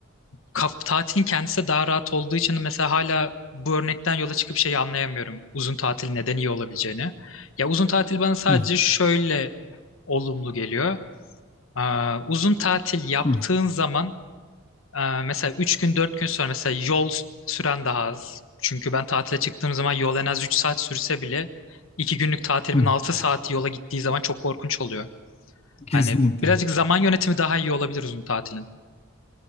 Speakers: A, on the left; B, on the left.
A: kaf tatilin kendisi de daha rahat olduğu için mesela hala bu örnekten yola çıkıp şeyi anlayamıyorum. Uzun tatil neden iyi olabileceğini. Ya uzun tatil bana sadece
B: hı,
A: şöyle olumlu geliyor. Aa, uzun tatil yaptığın
B: hı,
A: zaman aa, mesela 3 gün 4 gün sonra mesela yol süren daha az. Çünkü ben tatile çıktığım zaman yol en az 3 saat sürse bile 2 günlük tatilimin
B: hı.
A: 6 saati yola gittiği zaman çok korkunç oluyor.
B: Kesinlikle.
A: Hani birazcık zaman yönetimi daha iyi olabilir uzun tatilin.